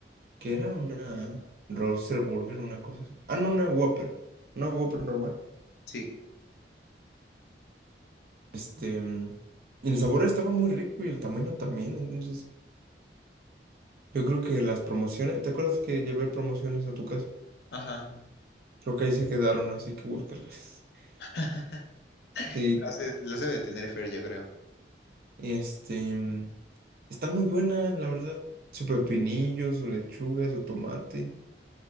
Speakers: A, on the right; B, on the left.
A: ¿Qué era? Una Roaster Burger, una cosa así. Ah, no, una Whopper. Una Whopper normal.
B: sí,
A: Este. mm, Y el sabor estaba muy rico y el tamaño también, entonces. Yo creo que las promociones, ¿te acuerdas que llevé promociones a tu casa?
B: ajá.
A: Creo que ahí se quedaron, así que búscalas. <laughs>
B: <laughs>
A: Sí, claro.
B: Las de- las debe de tener Fer, yo creo.
A: Este, mm, están muy buenas, la verdad. Su pepinillo, su lechuga, su tomate,